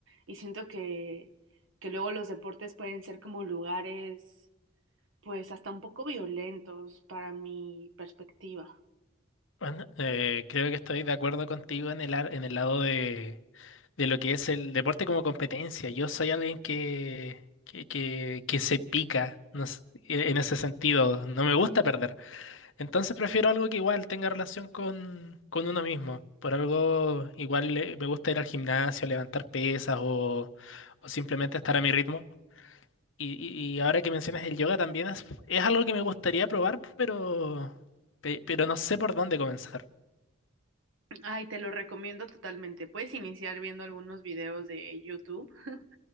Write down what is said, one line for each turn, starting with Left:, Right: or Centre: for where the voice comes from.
Right: Y siento que, que luego los deportes pueden ser como lugares, pues hasta un poco violentos para mi perspectiva.
Left: Bueno, eh, creo que estoy de acuerdo contigo en el, ar- en el lado de, de lo que es el deporte como competencia. Yo soy alguien que, que, que, que se pica no sé, en ese sentido. No me gusta perder. Entonces prefiero algo que igual tenga relación con, con uno mismo. Por algo igual eh, me gusta ir al gimnasio, levantar pesas o, o simplemente estar a mi ritmo. Y, y- y ahora que mencionas el yoga también es, es algo que me gustaría probar, pero, pe- pero no sé por dónde comenzar.
Right: Ay, te lo recomiendo totalmente. Puedes iniciar viendo algunos videos de YouTube <laughs>